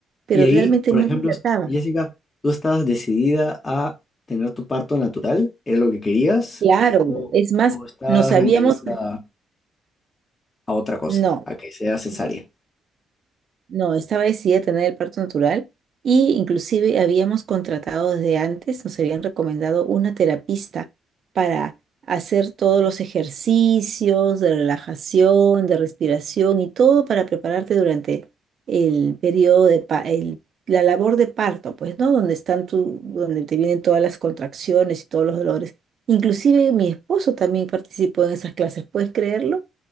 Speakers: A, on the right; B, on the left.
A: pero
B: Y ahí,
A: realmente
B: por
A: no
B: ejemplo,
A: dilataba.
B: Jessica, ¿tú estabas decidida a tener tu parto natural? ¿Era lo que querías?
A: Claro,
B: ¿O,
A: es más,
B: o estabas
A: nos habíamos,
B: mentalizada? a otra cosa,
A: no.
B: a que sea cesárea.
A: no, No, estaba decidida a tener el parto natural y inclusive habíamos contratado desde antes, nos habían recomendado una terapista para hacer todos los ejercicios de relajación, de respiración y todo para prepararte durante el periodo de pa- el- la labor de parto, pues, ¿no? Donde están tu, donde te vienen todas las contracciones y todos los dolores. Inclusive mi esposo también participó en esas clases, ¿puedes creerlo?